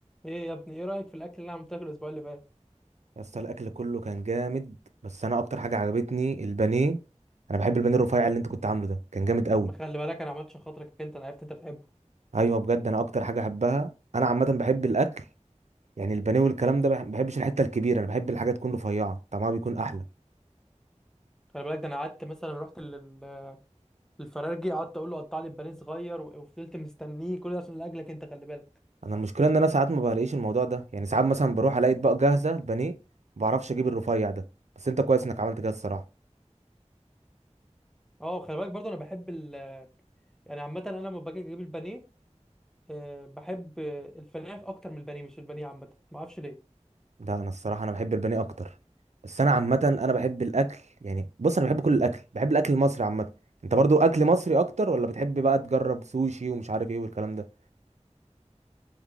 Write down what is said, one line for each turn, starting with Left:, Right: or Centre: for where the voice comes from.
Centre: ايه يا ابني ايه رايك في الاكل اللي انا عملته لك الاسبوع اللي فات
Right: يا اسطى الاكل كله كان جامد بس انا اكتر حاجه عجبتني البانيه انا بحب البانيه الرفيع اللي انت كنت عامله ده كان جامد قوي
Centre: ما خلي بالك انا عملت عشان خاطرك انت انا عرفت انت بتحبه
Right: ايوه بجد انا اكتر حاجه احبها انا عامه بحب الاكل يعني البانيه والكلام ده بح- بحبش الحته الكبيره انا بحب الحاجه تكون رفيعه طعمها بيكون احلى
Centre: خلي بالك ده انا قعدت مثلا رحت لل- لل- للفراخجي قعدت اقول له قطع لي البانيه صغير و- وفضلت مستنيه كل ده عشان لاجلك انت خلي بالك
Right: انا المشكله ان انا ساعات ما بلاقيش الموضوع ده يعني ساعات مثلا بروح الاقي اطباق جاهزه البانيه ما بعرفش اجيب الرفيع ده بس انت كويس انك عملت كده الصراحه
Centre: اه خلي بالك برضه انا بحب ال... يعني عامه انا لما باجي اجيب البانيه أه بحب آه، الفراخ اكتر من البانيه مش البانيه عامه ما اعرفش ليه
Right: ده انا الصراحه انا بحب البانيه اكتر بس انا عامه انا بحب الاكل يعني بص انا بحب كل الاكل بحب الاكل المصري عامه انت برضو اكل مصري اكتر ولا بتحب بقى تجرب سوشي ومش عارف ايه والكلام ده